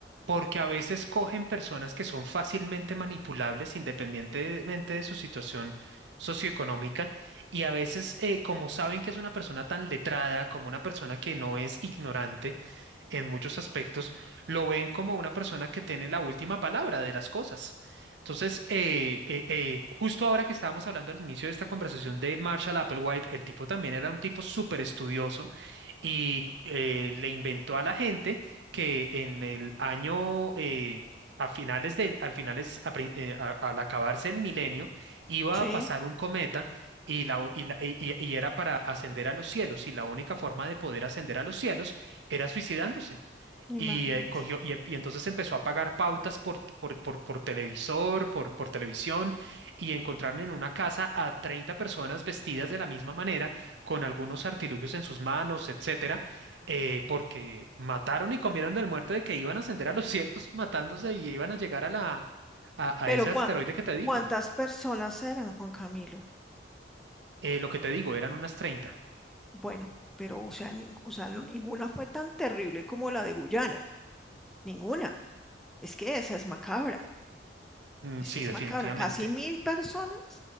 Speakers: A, on the right; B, in the centre.
A: porque a veces cogen personas que son fácilmente manipulables independientemente de su situación socioeconómica y a veces eh, como saben que es una persona tan letrada, como una persona que no es ignorante, en muchos aspectos, lo ven como una persona que tiene la última palabra de las cosas. Entonces, eh, eh, eh, justo ahora que estábamos hablando al inicio de esta conversación de Marshall Applewhite, el tipo también era un tipo súper estudioso y eh, le inventó a la gente que en el año... eh, A finales del, al finales, a prin- eh, a- al acabarse el milenio, iba
B: Sí,
A: a pasar un cometa y, la, y, la- y- y- y era para ascender a los cielos, y la única forma de poder ascender a los cielos era suicidándose. Y,
B: imagínate.
A: eh, cogió, y, y entonces empezó a pagar pautas por, por, por, por televisor, por, por televisión, y encontraron en una casa a 30 personas vestidas de la misma manera, con algunos artilugios en sus manos, etcétera, eh, porque mataron y comieron del muerto de que iban a ascender a los cielos <laughs> matándose y iban a llegar a, la, a,
B: Pero
A: a ese asteroide
B: cua-
A: que te digo.
B: ¿cuántas personas eran, Juan Camilo?
A: Eh, lo que te digo, eran unas treinta
B: Bueno, pero o sea, nin- o sea, no- ninguna fue tan terrible como la de Guyana, ninguna. Es que esa es macabra,
A: Mm,
B: esa
A: sí,
B: es
A: definitivamente.
B: macabra. Casi mil personas